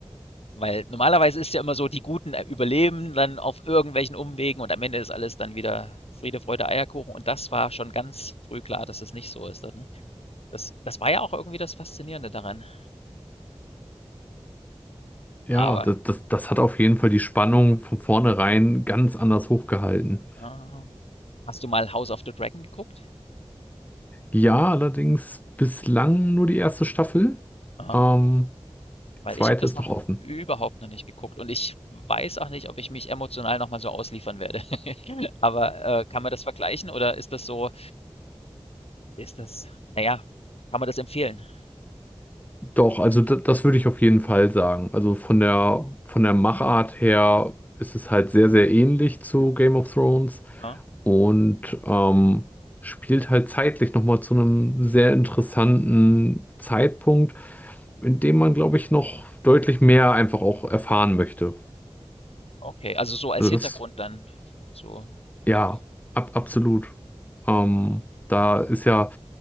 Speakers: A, on the left; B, on the left.
A: Weil normalerweise ist ja immer so, die Guten äh, überleben dann auf irgendwelchen Umwegen und am Ende ist alles dann wieder Friede, Freude, Eierkuchen. Und das war schon ganz früh klar, dass es nicht so ist. Ne? Das, das war ja auch irgendwie das Faszinierende daran.
B: ja,
A: Aber
B: das, das, das hat auf jeden Fall die Spannung von vornherein ganz anders hochgehalten.
A: äh, hast du mal House of the Dragon geguckt?
B: Ja, allerdings bislang nur die erste Staffel.
A: Ah.
B: Ähm, die
A: Weil
B: zweite
A: ich habe das
B: ist
A: noch
B: noch offen.
A: überhaupt noch nicht geguckt und ich weiß auch nicht, ob ich mich emotional noch mal so ausliefern werde. <laughs> Aber, äh, kann man das vergleichen oder ist das so ist das na ja, kann man das empfehlen?
B: Doch, also d- das würde ich auf jeden Fall sagen. Also von der von der Machart her ist es halt sehr, sehr ähnlich zu Game of Thrones
A: Ja?
B: und ähm, spielt halt zeitlich nochmal zu einem sehr interessanten Zeitpunkt, in dem man, glaube ich, noch deutlich mehr einfach auch erfahren möchte.
A: Okay, also so als
B: Also
A: Hintergrund
B: das
A: dann zu
B: Ja,
A: zu dem
B: ab, absolut. Ähm, da ist ja